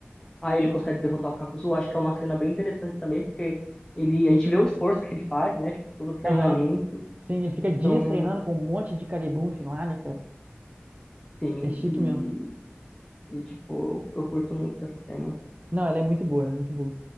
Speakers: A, on the left; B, on the right.
A: Aí ele consegue derrotar o Kakuzu. Acho que é uma cena bem interessante também, porque ele, a gente vê o esforço que ele faz, né? Tipo, todo o treinamento.
B: Aham. Sim, ele fica dias
A: Então,
B: treinando com um monte de Kagebunshin lá, né, cara?
A: sim.
B: É chique
A: E,
B: mesmo.
A: e, tipo, eu curto muito essa cena.
B: Não, ela é muito boa, ela é muito boa.